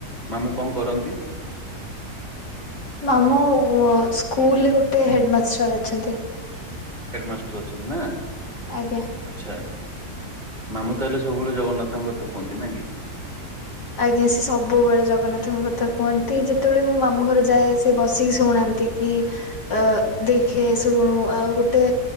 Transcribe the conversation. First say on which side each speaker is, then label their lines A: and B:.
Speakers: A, on the right (about 25°); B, on the left (about 80°).
A: ମାମୁଁ କଣ କରନ୍?
B: ଆଜ୍ଞ। ସ୍କୁଲରେ ଗୋଟେ ହେଡମାଷ୍ଟର ଅଛନ୍ତି।
A: ହେଡମାଷ୍ଟର ଅଛନ୍ତି ନା
B: ଆଜ୍ଞା।
A: ଆଛା। ମାମୁ ତାହେଲେ ସବୁବେଳେ ଜଗନ୍ନାଥଙ୍କ କଥା କୁହନ୍ତି ନାକି।
B: ଆଜ୍ଞା ସି ସବୁବେଳେ ଜଗନ୍ନାଥଙ୍କ କଥା କୁହନ୍ତି ଯେତେବେଳେ ମୁଁ ମାମୁ ଘର ଯାଏ ସେିଏ ବସିକି ଶୁଣାନ୍ତି। ଏମିତିକି ଦେଖେ ଶୁଣୁ ଆଉ ଗୋଟେ